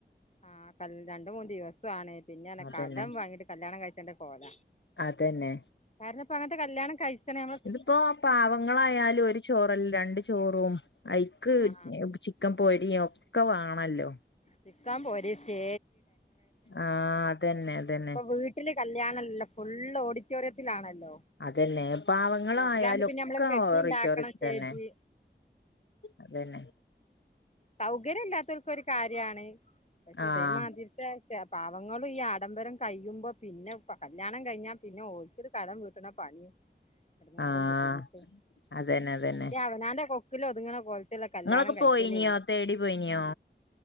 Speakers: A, on the left; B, on the left.
A: ആഹ് കൽ രണ്ട് മൂന്ന് ദിവസൊ ആണ് പിന്ന്യാന്നെ
B: അതന്നെ
A: കടം വാങ്ങിട്ട് കല്യാണം കഴിച്ചെണ്ട കോല
B: അതന്നെ
A: കാരണം ഇപ്പ അങ്ങൻത്തെ കല്യാണം കഴിക്കണെ
B: ഇതിപ്പോ പാവങ്ങളായാലും ഒരു ചോറല്ല രണ്ട് ചോറും ഐക്ക്
A: ആ
B: ചി ക്കൻ പൊരിയൊക്കെ വേണല്ലോ
A: <unintelligible> പോര് സ്റ്റേ
B: ആഹ് അതന്നെ അതന്നെ
A: ഇപ്പൊ വീട്ടില് കല്യാണല്ലല്ലോ ഫുള്ള് ഓഡിറ്റോറിയത്തിലാണല്ലോ
B: അതന്നെ പാവങ്ങളായാലൊക്കാ
A: വീട്ടിലാകുമ്പോ പിന്നെ നമ്മള് കെട്ടി
B: ഓറിറ്റോറിയത്തി
A: ഉണ്ടാക്കണം സ്റ്റേജ്
B: തന്നെ അതന്നെ
A: സൗകര്യ ഇല്ലാത്തോൽക്ക് ഒരു കാര്യാണ് പക്ഷെ
B: ആഹ്
A: ഇതേമാതിരി <unintelligible> പാവങ്ങളും ഈ ആഡംബരം കഴിയുമ്പോ പിന്നെ പ കല്യാണം കഴിഞ്ഞാപിന്നെ ഓരു ഇത് കടം വീട്ടണ പണി എടങ്ങാറും
B: ആഹ്
A: ബുദ്ധിമുട്ടും
B: അതന്നെ അതന്നെ
A: മറ്റേ അവനാന്റെ കൊക്കില് ഒതുങ്ങണ പോൽത്തുള്ള കല്യാണം
B: ഇങ്ങളൊക്കെ
A: കഴിച്ചലേനി
B: പോയിനിയോ തേടി പോയിനിയോ